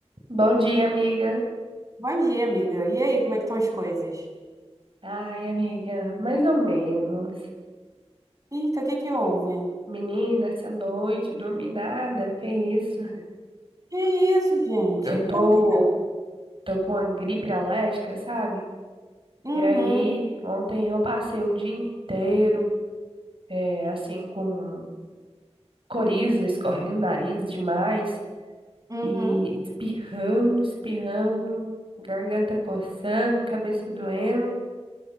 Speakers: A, on the right; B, on the right.
A: Bom dia, amiga.
B: Bom dia, amiga. E aí, como é que estão as coisas?
A: Ai, amiga, mais ou menos.
B: Eita, o que que houve?
A: Menina, essa noite, dormi nada, que isso?
B: Que isso, gente?
A: Eu tô,
B: Por quê?
A: tô com uma gripe alérgica, sabe?
B: Uhum,
A: E aí, ontem eu passei o dia inteiro, é, assim, com coriza escorrendo, o nariz demais,
B: uhum,
A: e espirrando, espirrando, garganta coçando, cabeça doendo.